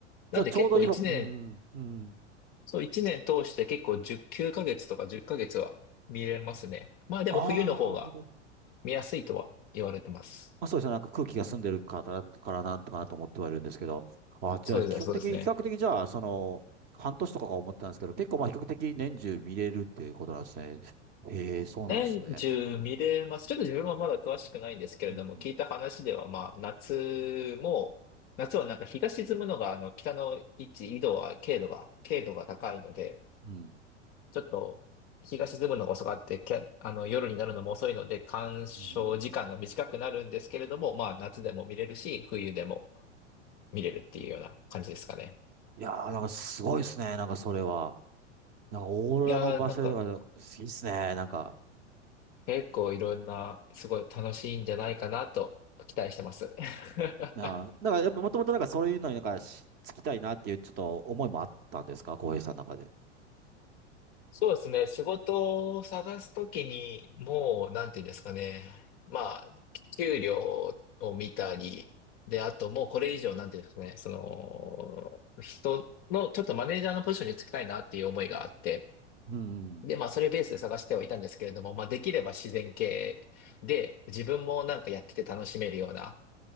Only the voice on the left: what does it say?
なんで結構1年、
そう1年通して結構10、9ヶ月とか10ヶ月は見れますね。まあでも冬の方が
見やすいとは言われてます。
そうですね、
そうですね。
年中見れます。ちょっと自分はまだ詳しくないんですけれども、
聞いた話では、まあ、夏も、夏はなんか日が沈むのが、あの、北の位置、緯度は、経度が、経度が高いので、
ちょっと、日が沈むのが遅かって、け、あの、夜になるのも遅いので、鑑賞時間が短くなるんですけれども、
まあ、夏でも見れるし、
冬でも見れるっていうような感じですかね。
いやー、なんか、
結構いろんな、すごい楽しいんじゃないかなと、期待してます。<laughs>
そうですね。仕事を探すときに、もう、なんていうんですかね。まあ、給料を見たり、
で、あともうこれ以上、なんていうんですかね。その、人の、ちょっとマネージャーのポジションにつきたいなっていう思いがあって、
で、まあ、それベースで探してはいたんですけれども、まあ、できれば自然系で、自分もなんかやってて楽しめるような、